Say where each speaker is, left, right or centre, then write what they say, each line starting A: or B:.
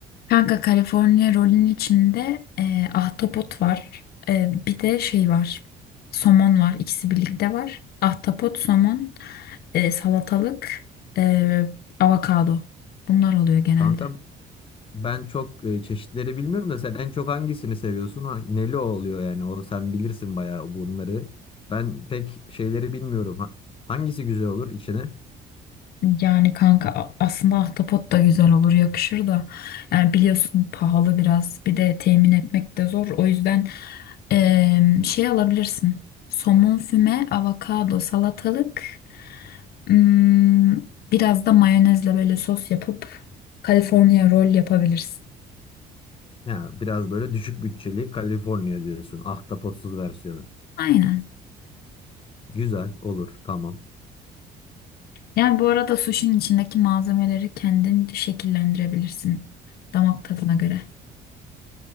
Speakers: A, on the left (about 65°); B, on the left (about 30°).
A: Kanka California rolün içinde e, ahtapot var. E, bir de şey var. Somon var. İkisi birlikte var. Ahtapot, somon, e, salatalık, e, avokado. Bunlar oluyor genelde.
B: Kanka Ben çok e, çeşitleri bilmiyorum da sen en çok hangisini seviyorsun? Ha- neli oluyor yani? O sen bilirsin bayağı bunları. Ben pek şeyleri bilmiyorum. Ha- hangisi güzel olur içine?
A: Yani kanka a- aslında ahtapot da güzel olur, yakışır da. Yani biliyorsun pahalı biraz. Bir de temin etmek de zor. O yüzden e, şey alabilirsin. Somon füme, avokado, salatalık. Hmm, biraz da mayonezle böyle sos yapıp California roll yapabilirsin.
B: Ya biraz böyle düşük bütçeli Kaliforniya diyorsun. Ahtapotsuz versiyonu.
A: Aynen.
B: Güzel olur tamam.
A: Yani bu arada suşinin içindeki malzemeleri kendin şekillendirebilirsin damak tadına göre.